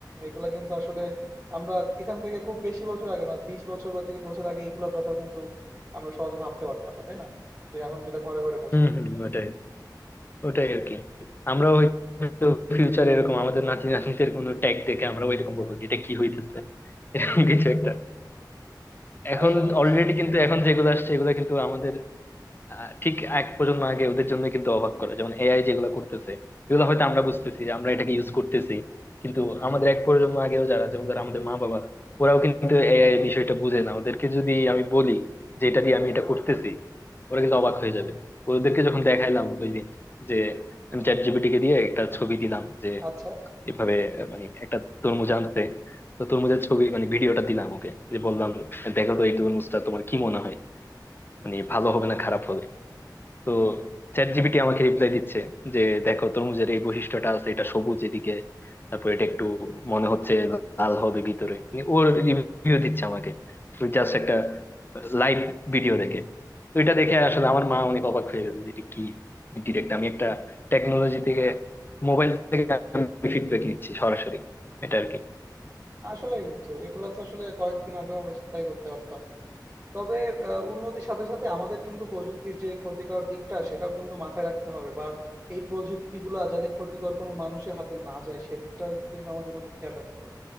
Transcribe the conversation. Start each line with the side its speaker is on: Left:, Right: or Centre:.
Right: এগুলা কিন্তু আসলে আমরা এখান থেকে খুব বেশি বছর আগে না, ২০ বছর বা ৩০ বছর আগে এগুলার কথা কিন্তু আমরা সহজে ভাবতে পারতাম না, তাই না? যে এখন যেটা ঘরে, ঘরে পৌঁছে
Left: হুম
Right: গেছে।
Left: হুম ওটাই ওটাই আরকি। আমরাও হয়তো ফিউচারে এরকম আমাদের নাতি নাতনিদের কোনো ট্যাগ দেখে আমরা ওইরকম বলবো যে এটা কি হইতেছে এরকম কিছু একটা এখন
Right: আসলেই
Left: অলরেডি
Right: সেটাই।
Left: কিন্তু এখন যেগুলো আসছে এগুলো কিন্তু আমাদের আহ, ঠিক এক প্রজন্ম আগে ওদের জন্য কিন্তু অবাক করে যেমন এআই যেগুলো করতেছে এগুলো হয়তো আমরা বুঝতেছি যে আমরা এটাকে ইউজ করতেছি কিন্তু আমাদের এক প্রজন্ম আগেও যারা যেমন ধর আমাদের মা বাবা ওরাও কিন্তু এআই বিষয়টা বুঝে না ওদেরকে যদি আমি বলি যে এটা দিয়ে আমি এটা করতেছি ওরা কিন্তু অবাক হয়ে যাবে ওদেরকে যখন দেখাইলাম ওই দিন যে আমি চ্যাট জিপিটি কে দিয়ে একটা ছবি দিলাম যে
Right: আচ্ছা
Left: এভাবে আহ, মানে একটা তরমুজ আনতে তো তরমুজের ছবি মানে ভিডিওটা দিলাম ওকে যে বললাম দেখো তো এই তরমুজটা তোমার কি মনে হয় মানে ভালো হবে না খারাপ হবে তো চ্যাট জিপিটি আমাকে রিপ্লাই দিচ্ছে যে দেখো তরমুজের এই বৈশিষ্ট্যটা আছে এটা সবুজ এদিকে তারপর এটা একটু মনে হচ্ছে লাল হবে ভিতরে মানে ওর রিভিউ দিচ্ছে আমাকে জাস্ট একটা লাইভ ভিডিও দেখে তো এটা দেখে আসলে আমার মা অনেক অবাক হয়ে গেছে যে এটা কি ডিরেক্ট আমি একটা টেকনোলজি থেকে মোবাইল থেকে আমি ফিডব্যাক নিচ্ছি সরাসরি এটা আর
Right: আসলেই বন্ধু এগুলা তো আসলে কয়েকদিন আগেও আমরা চিন্তাই করতে পারতাম না তবে আহ, উন্নতির সাথে সাথে আমাদের কিন্তু প্রযুক্তির যে ক্ষতিকর দিকটা সেটাও কিন্তু মাথায় রাখতে হবে বা এই প্রযুক্তিগুলা যাতে ক্ষতিকর কোনো মানুষের হাতে না যায় সেদিকটা কিন্তু আমাদের বন্ধু খেয়াল রাখতে হবে